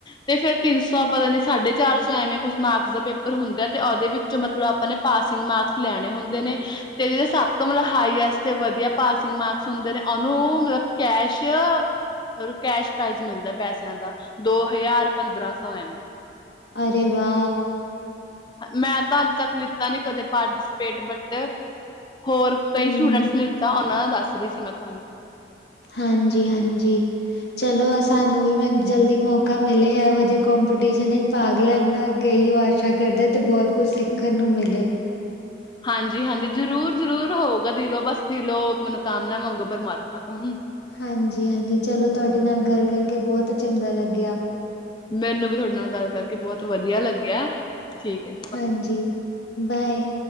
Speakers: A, on the left (about 25°); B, on the left (about 65°).
A: ਤੇ ਫੇਰ ਤਿੰਨ ਸੌ ਪਤਾ ਨੀ ਸਾਢੇ ਚਾਰ ਸੌ ਐਵੇਂ ਕੁਝ ਮਾਰਕਸ ਦਾ ਪੇਪਰ ਹੁੰਦਾ ਐ ਤੇ ਓਦੇ ਵਿੱਚੋ ਮਤਲਬ ਆਪਾਂ ਨੇ ਪਾਸਿੰਗ ਮਾਰਕਸ ਲੈਣੇ ਹੁੰਦੇ ਨੇ। ਤੇ ਜੇੜੇ ਸਭ ਤੋਂ ਮਤਲਬ ਹਾਈਐਸਟ ਤੇ ਵਧੀਆ ਪਾਸਿੰਗ ਮਾਰਕਸ ਹੁੰਦੇ ਨੇ ਓਨੂੰ ਮਲਬ ਕੈਸ਼ ਰ ਕੈਸ਼ ਪ੍ਰਾਈਜ਼ ਮਿਲਦਾ ਐ ਪੈਸੇਆਂ ਦਾ। ਦੋ ਹਜ਼ਾਰ ਪੰਦਰਾਂ ਸੌ ਐਵੇਂ।
B: ਅਰੇ ਵਾ।
A: ਮੈਂ ਤਾਂ ਅੱਜ ਤੱਕ ਲਿੱਤਾ ਨੀ ਕਦੇ ਪਾਰਟੀਸਪੇਟ ਬਟ ਹੋਰ ਕਈ
B: ਹੂੰ,
A: ਸਟੂਡੈਂਟਸ ਨੇ ਦਿੱਤਾ ਓਨਾਂ ਦਾ ਦੱਸ ਰੀ ਸੀ ਮੈਂ ਤੁਆਨੂੰ।
B: ਹਾਂਜੀ ਹਾਂਜੀ। ਚਲੋ ਸਾਨੂੰ ਵੀ ਮੈ ਜਲਦੀ ਮੌਕਾ ਮਿਲੇ ਐਹੋ ਜੇ ਕੋਂਪੀਟੀਸ਼ਨ ਇਚ ਭਾਗ ਲੈਨ ਦਾ। ਅੱਗੇ ਐਈ ਓ ਆਸ਼ਾ ਕਰਦੇ ਤੇ ਬੋਤ ਕੁਛ ਸਿੱਖਨ ਨੂੰ ਮਿਲੇ।
A: ਹਾਂਜੀ ਹਾਂਜੀ, ਜਰੂਰ ਜਰੂਰ ਹੋਊਗਾ ਦਿਲੋ ਬਸ ਦਿਲੋ ਮਨੋਕਾਮਨਾ ਮੰਗੋ ਪ੍ਰਮਾਤਮਾ ਤੋਂ।
B: ਹਾਂਜੀ ਹਾਂਜੀ, ਚਲੋ ਤਾਡੇ ਨਾਲ ਗੱਲ ਕਰਕੇ ਬੋਤ ਚੰਗਾ ਲੱਗੇਆ।
A: ਮੈਨੂੰ ਵੀ ਤੁਆਡੇ ਨਾਲ ਗੱਲ ਕਰਕੇ ਬੋਤ ਵਧੀਆ ਲੱਗੇਆ ਠੀਕ ਐ।
B: ਹਾਂਜੀ, ਬਾਏ।